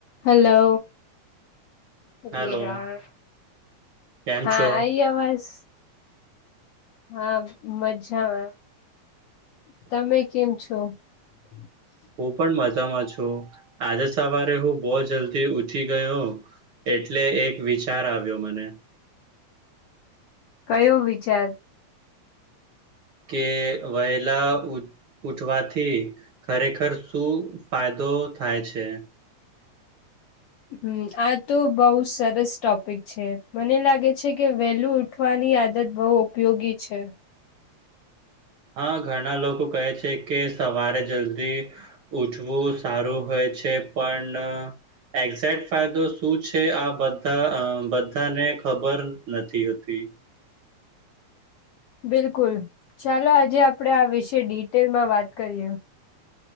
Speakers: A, on the left; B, on the right.
A: Hello અરે
B: hello
A: યાર
B: કેમ
A: હા
B: છો
A: આઈ આવાજ? હા મજામાં તમે કેમ છો? <inaudible>
B: હું પણ મજામાં છું આજે સવારે હું બહુ જલ્દી ઉઠી ગયો એટલે એક વિચાર આવ્યો મને
A: કયો વિચાર
B: કે વહેલા ઉ ઉઠવાથી ખરેખર શું ફાયદો થાય છે
A: હમ્મ આ તો બઉુ સરસ ટોપિક છે મને લાગે છે કે વેલું ઊઠવાની આદત બહુ ઉપયોગી છે.
B: હા ઘણા લોકો કહે છે કે સવારે જલ્દી ઉઠવું સારું હોય છે પણ એક્ઝે્ટ ફાયદો શું છે આ બધા આ બધાને ખબર નથી હોતી
A: બિલકુલ ચાલો આજે આપણેે આ વિશે ડિટેલમાં વાત કરીએ